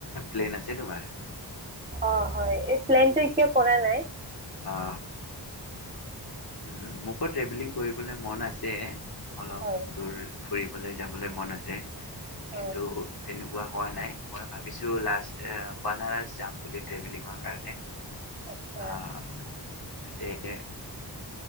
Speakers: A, on the left; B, on the right.
A: প্লেন আছে তোমাৰ?
B: অ হয় এই প্লেন টো এতিয়া কৰা নাই।
A: অ', উ মোকো ট্ৰেভেলিং কৰিবলৈ মন আছে। অলপ
B: হয়
A: দূৰ ফুৰিবলৈ যাবলৈ মন আছে।
B: হয়
A: কিন্তু, তেনে কোৱা হোৱা নাই। মই ভাৱিছো লাষ্ট বানাৰস যাম বুলি ট্ৰেভেলিঙৰ কাৰণে।
B: আচ্ছা।
A: আহ তাতে এ